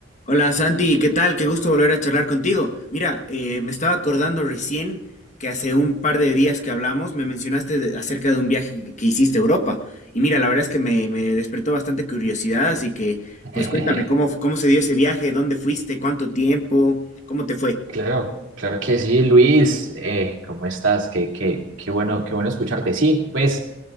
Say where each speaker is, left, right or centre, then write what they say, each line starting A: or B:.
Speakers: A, on the left; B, on the right.
A: Hola Santi, ¿qué tal? Qué gusto volver a charlar contigo. Mira, eh, me estaba acordando recién que hace un par de días que hablamos me mencionaste de- acerca de un viaje que, que hiciste a Europa. Y mira, la verdad es que me, me despertó bastante curiosidad, así que
B: <laughs>
A: pues cuéntame cómo, cómo se dio ese viaje, dónde fuiste, cuánto tiempo, cómo te fue.
B: Claro, claro que sí, Luis. Eh, ¿cómo estás? Qué, qué, qué bueno, qué bueno escucharte. Sí, pues